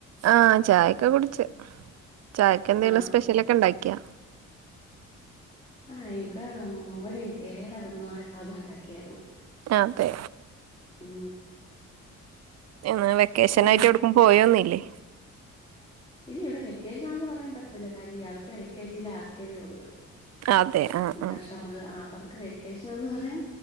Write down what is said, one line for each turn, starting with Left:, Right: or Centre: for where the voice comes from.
Right: ഛാ ഛായൊക്കെ കുടിച്ച് ഛായക്കെന്തേലും
Left: ആ
Right: സ്പെഷ്യലൊക്കെ ഇണ്ടാക്കിയാ?
Left: ആ ഇവിടെ മോന് എലയുടെ വീടന്ന് അതൊണ്ടാക്കിയാരുന്നു
Right: അതെ
Left: ഉം
Right: എന്നാ വെക്കേഷൻ
Left: പിന്നെ
Right: ആയിട്ട് എവിടക്കും പോയൊന്നുല്ലേ
Left: ഇല്ല ഇവിടെ വെക്കേഷനാണെന്ന് പറയാൻ പറ്റത്തില്ല കാര്യം ഇയാളിപ്പോ എൽ കെ ജിയിലാക്കിയതേ ഉള്ളൂ
Right: അതെ ആ ആ
Left: പക്ഷ നമ്മള് ആ നമുക്ക് വെക്കേഷനെന്ന് പറയാൻ